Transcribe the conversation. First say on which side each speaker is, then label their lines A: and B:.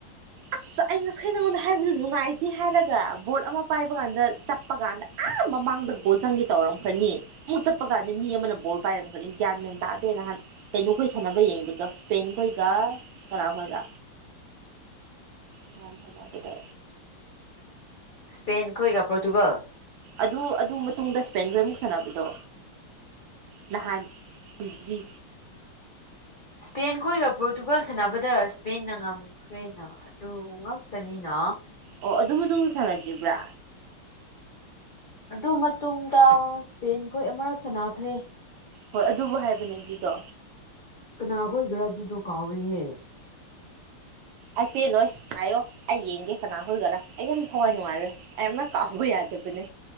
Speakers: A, on the right (about 70°); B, on the left (about 60°).
A: ꯑꯁ ꯑꯩ ꯉꯁꯥꯏ ꯅꯉꯣꯟꯗ ꯍꯥꯏꯕꯗꯨ ꯅꯨꯡꯉꯥꯏꯇꯦ ꯍꯥꯏꯔꯒ ꯕꯣꯜ ꯑꯃ ꯄꯥꯏꯕ ꯀꯥꯟꯗ ꯆꯞꯄ ꯀꯥꯟꯗ ꯑ ꯃꯃꯥꯡꯗ ꯒꯣꯜ ꯆꯪꯒꯦ ꯇꯧꯔꯝꯈꯅꯤ ꯃꯨꯛ ꯆꯠꯄ ꯀꯥꯟꯗ ꯃꯤ ꯑꯃꯅ ꯕꯣꯜ ꯄꯥꯏꯔꯝꯒꯅꯤ ꯒ꯭ꯌꯥꯟ ꯃꯦꯟ ꯇꯥꯗꯦ ꯅꯍꯥꯟ ꯀꯩꯅꯣꯈꯣꯏ ꯁꯥꯟꯅꯕ ꯌꯦꯡꯕꯗꯣ ꯁ꯭ꯄꯦꯟ ꯈꯣꯏꯒ ꯀꯅꯥꯈꯣꯏꯒ ꯉꯍꯥꯟ ꯁꯥꯟꯅꯕꯗꯣ
B: ꯁ꯭ꯄꯦꯟ ꯈꯣꯏꯒ ꯄꯣꯔꯇꯨꯒꯜ
A: ꯑꯗꯨ ꯑꯗꯨ ꯃꯇꯨꯡꯗ ꯁ꯭ꯄꯦꯟ ꯒꯣꯏ ꯑꯃꯨꯛ ꯁꯥꯟꯅꯕꯗꯣ ꯅꯍꯥꯟ ꯀꯨꯏꯗ꯭ꯔꯤ
B: ꯁ꯭ꯄꯦꯟ ꯈꯣꯏꯒ ꯄꯣꯔꯇꯨꯒꯜ ꯁꯥꯟꯅꯕꯗ ꯏꯁ꯭ꯄꯦꯟꯅ ꯉꯝꯈ꯭ꯔꯦꯅ ꯑꯗꯨ ꯉꯥꯛꯇꯅꯤꯅ
A: ꯑꯣ ꯑꯗꯨꯝ ꯑꯗꯨꯝ ꯁꯥꯟꯅꯒꯤꯕ꯭ꯔꯥ
B: ꯑꯗꯨ ꯃꯇꯨꯡꯗ ꯁ꯭ꯄꯦꯟ ꯈꯣꯏ ꯑꯃꯔꯛ ꯁꯥꯟꯅꯈ꯭ꯔꯦ
A: ꯍꯣꯏ ꯑꯗꯨꯕꯨ ꯍꯥꯏꯕꯅꯦ ꯑꯗꯨꯗꯣ
B: ꯀꯅꯥ ꯒꯣꯏꯒꯤꯔꯥ ꯑꯗꯨꯗꯣ ꯀꯥꯎꯔꯦꯅꯦ
A: ꯑꯩ ꯄꯦꯜꯂꯣꯏ ꯉꯥꯏꯌꯣ ꯑꯩ ꯌꯦꯡꯒꯦ ꯀꯅꯥ ꯈꯣꯏꯒꯔꯥ ꯑꯩ ꯌꯥꯝ ꯊꯋꯥꯏ ꯅꯨꯡꯉꯥꯏꯔꯣꯏ ꯑꯩ ꯑꯃꯔꯛ ꯀꯥꯥꯎꯕ ꯌꯥꯗꯕꯅꯦ